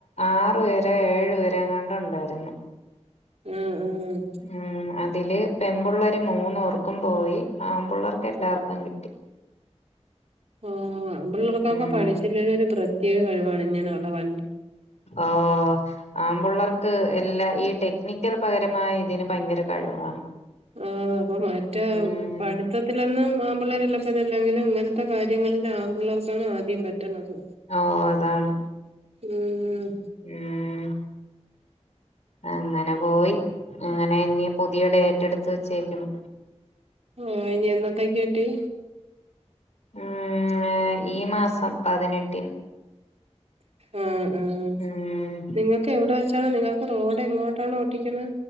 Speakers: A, on the left; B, on the right.
A: ആറുപേരാ ഏഴുപേരാ എങ്ങാണ്ട് ഒണ്ടായിരുന്ന്.
B: ഉം ഉം
A: ഉം അതില് പെമ്പിള്ളേര് മൂന്ന് പേർക്കും പോയി. ആമ്പിള്ളേർക്ക് എല്ലാർക്കും കിട്ടി.
B: ആഹ് ആമ്പിള്ളേർക്കൊക്കെ
A: ഉം
B: പഠിച്ചില്ലേലും ഒരു പ്രത്യേക കഴിവാണ് ഇങ്ങനൊള്ള വ
A: ആഹ് ആമ്പുള്ളാർക്ക് എല്ലാ ഈ ടെക്നിക്കൽ പകരമായ ഇതിന് ഭയങ്കര കഴിവാണ്.
B: ആഹ് അപ്പൊ മാറ്റേ
A: ഉം
B: പട് ത്തത്തിലൊന്നും ആമ്പിള്ളേര് എല്ലപ്പോര അല്ലെങ്കിലും ഇങ്ങനത്തെ കാര്യങ്ങളിൽ ആമ്പിള്ളേർക്കാണ് ആദ്യം പറ്റണത്.
A: ഓഹ് അതാണ്.
B: ഉം
A: ഉം അങ്ങനെ പോയി. അങ്ങനെ ഇനി പുതിയ ഡേറ്റ് എടുത്ത് വെച്ചേക്കണ്.
B: ഓഹ് ഇനി എന്നത്തേക്ക് കിട്ടി?
A: ആഹ് ഈ മാസം പതിനെട്ടിന്.
B: ആഹ് ആഹ്
A: ഉം
B: നിങ്ങക്ക് എവിടെ വെച്ചാണ്? നിങ്ങക്ക് റോഡ് എങ്ങോട്ടാണ് ഓട്ടിക്കണെ?